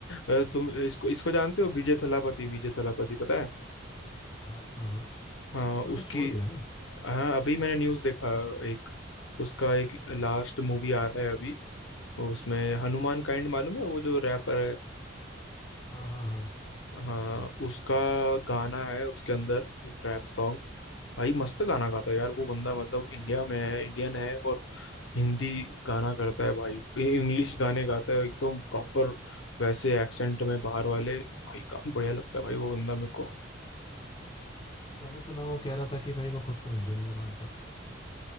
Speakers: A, on the left (about 70°); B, on the left (about 25°).
A: अ, तुम इसको इसको जानते हो विजय थलापति विजय थलापति पता है
B: हाँ हाँ हाँ
A: हाँ
B: उसने
A: उसकी
B: तो छोड़ दिया ना
A: हाँ अभी मैंने न्यूज़ देखा एक उसका एक लास्ट मूवी आ रहा है अभी उसमें हनुमान काइंड मालूम है वो जो रैपर है
B: हाँ हाँ हाँ
A: हाँ उसका गाना है उसके अंदर एक रैप सॉन्ग भाई मस्त गाना गाता है यार वो बंदा मतलब इंडिया में है इंडियन है और हिंदी गाना करता है भाई इंग्लिश गाने गाता है एकदम प्रॉपर वैसे एक्सेंट में बाहर वाले भाई काफी बढ़िया लगता है भाई वो बंदा मेरे को
B: मैंने सुना वो कह रहा था कि भाई मैं खुद को इंडियन नहीं मानता